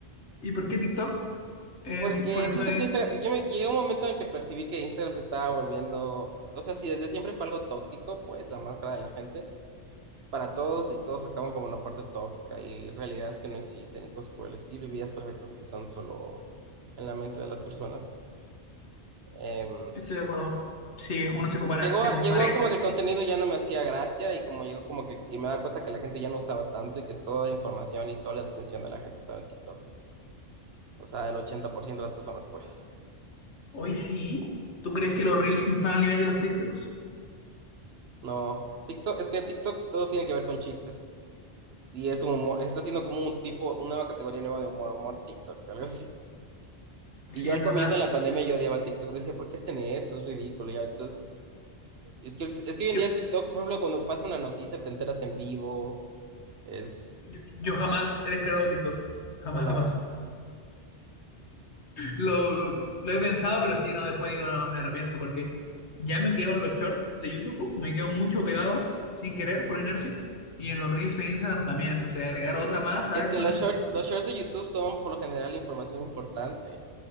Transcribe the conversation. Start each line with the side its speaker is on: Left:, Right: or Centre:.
Left: ¿Y por qué TikTok eh,
Right: Porque
Left: si- por encima
Right: siento
Left: de
Right: que
Left: Instagram?
Right: Instagram, yo me, llegué a un momento en el que percibí que Instagram se estaba volviendo, o sea, si desde siempre fue algo tóxico, pues la máscara de la gente. para todos y todos acaban como una parte tóxica y realidades que no existen y cosas por el estilo y vidas perfectas que son solo en la mente de las personas. Em,
Left: Estoy de acuerdo. Si uno se compara,
Right: llegó,
Left: se
Right: a-
Left: compare.
Right: llegó como que el contenido ya no me hacía gracia y como llegó como que y me da cuenta que la gente ya no usaba tanto y que toda la información y toda la atención de la gente estaba en TikTok. O sea, el 80% de las personas, pues.
Left: Hoy sí. ¿Tú crees que los Reels no están al nivel de los TikToks?
Right: No, TikTok, es que TikTok todo tiene que ver con chistes. Y es un humor, está siendo como un tipo, una nueva categoría nueva de humor, humor TikTok, algo así. Y
Left: Sí,
Right: yo
Left: es
Right: al
Left: verdad.
Right: comienzo en la pandemia yo odiaba TikTok, decía, ¿por qué hacen eso? Es ridículo. Y ahorita es, es que, ahorita- es que hoy
Left: Yo,
Right: en día TikTok, por ejemplo, cuando pasa una noticia te enteras en vivo, es,
Left: yo, yo jamás he descargado TikTok. Jamás,
Right: no lo
Left: jamás.
Right: hagas.
Left: Lo, lo he pensado, pero sí, no, después digo, no, me arrepiento porque ya me quedo en los shorts de YouTube, me quedo mucho pegado sin querer por inercia y en los reels de Instagram también, entonces agregar otra más a
Right: Es
Left: eso,
Right: que los
Left: innecesario.
Right: shorts, los shorts de YouTube son por lo general información importante.